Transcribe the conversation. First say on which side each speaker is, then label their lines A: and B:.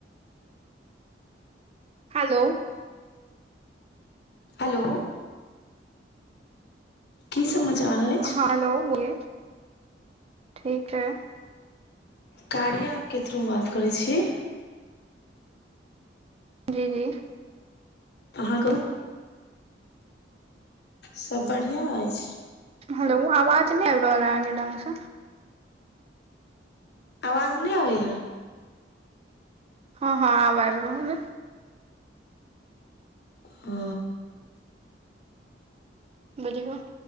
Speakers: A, on the right (about 35°); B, on the left (about 65°).
A: hello
B: hello की समाचार ऐय
A: हँ हेलो बोलिए ठीक है
B: कार्य के थ्रू बात करै छी
A: जी जी
B: अहाँके सब बढ़िआँ ऐछ
A: हेलो आवाज ने एव रहल या ढ़गस
B: आवाज नय अबैए
A: हँ हँ आब आइब रहल ये
B: अ
A: बुझौ <unintelligible>